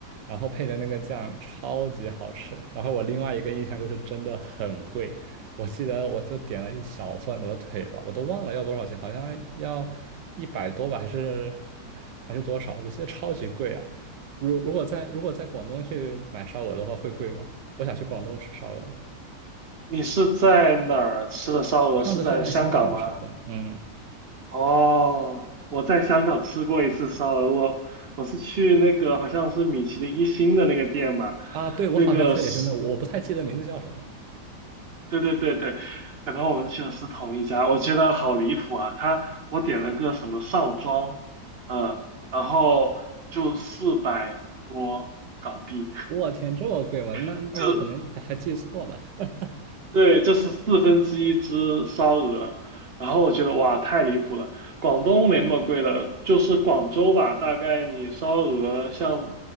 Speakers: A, on the right; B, on the right.
A: 然后配着那个酱超级好吃。然后我另外一个印象就是真的很贵，我记得我就点了一小份鹅腿吧，我都忘了要多少钱，好像要一百多吧，还是哎还是多少？我记得超级贵啊！如如果在如果在广东去买烧鹅的话，会贵吗？我想去广东吃烧鹅了，
B: 你是在哪儿吃的烧鹅？
A: 上次是在香港吃的，
B: 是在香港吗？
A: 嗯
B: 哦，我在香港吃过一次烧鹅，我我是去那个好像是米其林一星的那个店吧。
A: 啊，对，我好像去的也是那，
B: 那个嗯是
A: 我不太记得名字叫什么。
B: 对对对对，可能我们去的是同一家，我觉得好离谱啊！他我点了个什么上庄，嗯，然后就四百多港币，
A: 我天，这么贵吗？那那我可能还还记错了，
B: <laughs>
A: <laughs>
B: 对，这是四分之一只烧鹅，然后我觉得哇，太离谱了。广东没那么贵的，就是广州吧，大概你烧鹅像